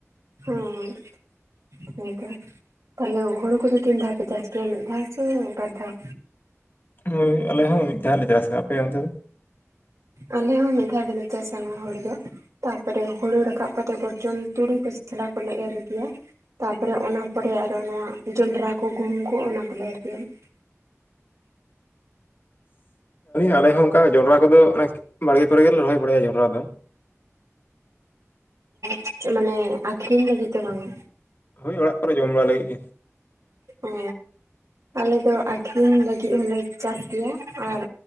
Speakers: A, on the right; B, on the left.
A: ᱦᱩᱸ ᱦᱩᱸ ᱛᱚ ᱛᱟᱦᱞᱮ ᱦᱩᱲᱩ ᱠᱚᱫᱚ ᱛᱤᱱ ᱫᱷᱟᱣ ᱯᱮ ᱪᱟᱥ ᱜᱮᱭᱟ, ᱢᱤᱫ ᱫᱷᱟᱣ ᱥᱮ ᱵᱟᱨ ᱫᱷᱟᱣ?
B: ᱦᱳᱭ ᱟᱞᱮ ᱦᱚᱸ ᱢᱤᱫ ᱫᱷᱟᱣ ᱞᱮ ᱪᱟᱥᱟ᱾ ᱟᱯᱮ ᱚᱱᱛᱮ ᱫᱚ?
A: ᱟᱞᱮ ᱦᱚ ᱢᱤᱫ ᱫᱷᱟᱣ ᱜᱮᱞᱮ ᱪᱟᱥᱟ ᱱᱚᱶᱟ ᱦᱚᱲᱩ ᱫᱚ᱾ ᱛᱟᱯᱚᱨᱮ ᱦᱩᱲᱩ ᱨᱟᱠᱟᱵ ᱠᱟᱛᱮ ᱫᱚ ᱪᱩᱢᱪᱩᱲᱩ ᱠᱚᱥᱞᱟ ᱠᱚᱞᱮ ᱮᱨ ᱜᱮᱭᱟ᱾ ᱛᱟᱯᱚᱨᱮ ᱚᱱᱟ ᱯᱚᱨᱮ ᱟᱨᱚ ᱱᱚᱣᱟ ᱡᱚᱱᱰᱨᱟ ᱠᱚ ᱜᱩᱦᱩᱢ ᱠᱚ ᱚᱱᱟ ᱠᱚᱞᱮ ᱮᱨ ᱜᱮᱭᱟ᱾ <inaudible>
B: ᱟᱞᱮ ᱦᱚᱸ ᱚᱱᱠᱟ ᱡᱚᱸᱰᱨᱟ ᱠᱚᱫᱚ ᱵᱟᱲᱜᱮ ᱠᱚᱨᱮ ᱜᱮᱞᱮ ᱨᱚᱦᱚᱭ ᱵᱟᱲᱟᱭᱟ ᱡᱚᱸᱰᱨᱟ ᱫᱚ᱾
A: ᱟᱪᱪᱷᱟ ᱢᱟᱱᱮ ᱟᱠᱷᱨᱤᱧ ᱞᱟᱹᱜᱤᱫ ᱫᱚ ᱵᱟᱝ-ᱟ?
B: ᱦᱳᱭ ᱚᱲᱟᱜ ᱠᱚᱨᱮ ᱡᱚᱢ ᱵᱟᱲᱟ ᱞᱟᱹᱜᱤᱫ ᱜᱮ᱾
A: ᱳ᱾ ᱟᱞᱮ ᱫᱚ ᱟᱠᱷᱨᱤᱧ ᱞᱟᱹᱜᱤᱫ ᱦᱚᱞᱮ ᱪᱟᱥ ᱜᱮᱭᱟ, ᱟᱨ